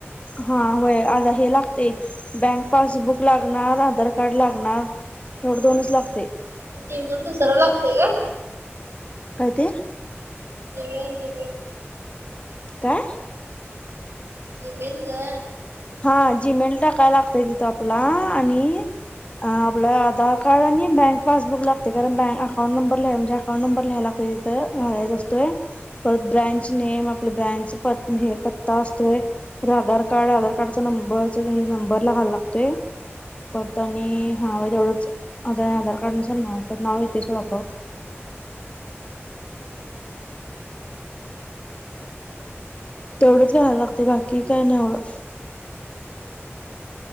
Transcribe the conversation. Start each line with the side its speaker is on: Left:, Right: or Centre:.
Left: हा होय आड हे लागते. बँक पासबुक लागणार. आधार कार्ड लागणार. तेवढ दोनच लागते.
Right: जी मेल दुसर लागतय गं.
Left: काय ते
Right: जी मेल-जी मेल.
Left: काय?
Right: जी मेल गं.
Left: हा जी मेल् टाकाय लागतय तिथं आपला आणि अ आपला आधार कार्ड आणि बँक पासबुक लागते कारण बँक अकाउंट नंबर लिहा म्हणजे अकाउंट नंबर लिहायला लागतोय तिथं. तिथं घालायचा असतोय. परत ब्रँच नेम, आपल्या ब्रँच प हे पत्ता असतोय. परत आधार कार्ड, आधार कार्ड नंबरचं हे नंबर ला घालाय लागतोय. परत आणि हां व्हय तेवढंच. आता आणि आधार कार्ड नुसार नाव परत नाव येतय सोड आपोआप. तेवढंच लिहायला लागते बाकी काय नाही होत.